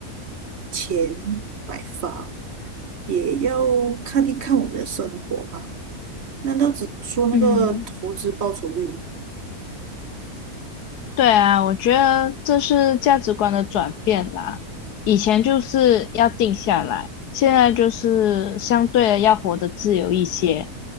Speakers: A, on the right; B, on the left.
A: 钱买房。也要看一看我们的生活吧。难道只说那个投资报酬率吗？
B: 嗯，对啊，我觉得这是价值观的转变啦。以前就是要定下来，现在就是相对的要活得自由一些。